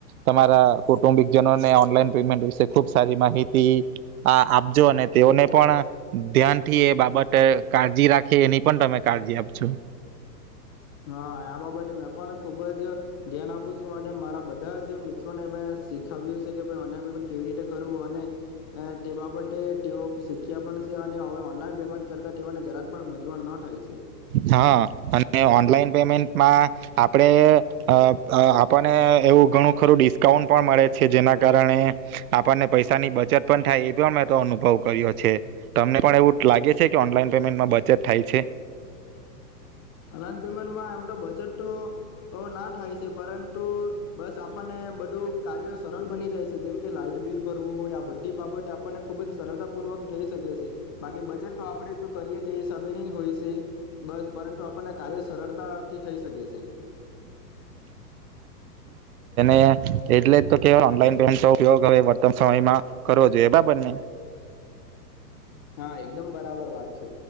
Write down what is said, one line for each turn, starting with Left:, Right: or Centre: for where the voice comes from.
Right: તમારા કુટુંબ જનોને ઓનલાઈન પેમેન્ટ વિશે ખુબ સારી માહિતી આપજો અને તેઓને પણ ધ્યાનથી એ બાબત કાળજી રાખે. કે એની પણ તમે કાળજી આપ છો.
Left: હા, આ બાબતે મેં પણ ખુબ જ ધ્યાન આપું છું અને મારા બધા જ મિત્રોને મે શીખાવ્યું છે કે ઓનલાઇન પેમેન્ટ કેવી રીતે કરવું. અને તે બાબતે તેઓ શીખ્યા પણ છે અને ઓનલાઈન પેમેન્ટ કરતા તેઓ ને જરાક પણ પણ ન થાય છે.
Right: હા, અને ઓનલાઈન પેમેન્ટમાં આપણે આપણને એવું ઘણું ખરું ડિસ્કાઉન્ટ પણ મળે છે, જેના કારણે આપણને પૈસાની બચત પણ થાય. એ પણ મેં તો અનુભવ કર્યો છે. તમને પણ એવું લાગે છે કે ઓનલાઈન પેમેન્ટમાં બચત થાય છે?
Left: ઓનલાઈન પેમેન્ટમાં એમ તો બજેટ તો ના થાય છે. પરંતુ બસ આપણને બધું કાર્ય સરળ બની જાય છે. જેમ કે લાાઈટ બિલ ભરવું હોય આ બધી બાબત આપણને ખુબ જ સરળતા પૂર્વક થઈ શકે છે. બાકી બજે તો આપડે જો કરીએ તો હસાબેની જ હોય છે, બસ. તો આપણને કાર્ય સરળતાથી થઈ શકે છે.
Right: એ એટલે તો કે ઓનલાઈન પેમેન્ટ ન ઉપયોગ હવે વર્તન સમયમાં કરવો જોઈએ, બરાબર ને?
Left: હા, એકદમ બરાબર વાત છે.